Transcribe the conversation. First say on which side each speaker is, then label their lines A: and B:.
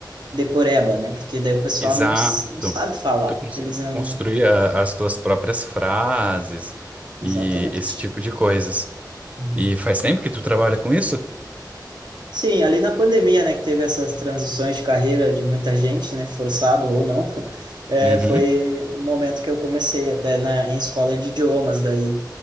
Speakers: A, on the right (about 70°); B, on the right (about 20°).
A: decoreba, né? Porque daí o pessoal
B: Exato.
A: não, s- não sabe falar.
B: Tu consegue
A: Eles não.
B: construir a- as tuas próprias frases
A: Exatamente.
B: e esse tipo de coisas.
A: Uhum.
B: E faz tempo que tu trabalha com isso?
A: Sim, ali na pandemia, né, que teve essas transições de carreira de muita gente, né, forçado ou não, <laughs> é,
B: Uhum.
A: foi o momento que eu comecei até na, em escola de idiomas, daí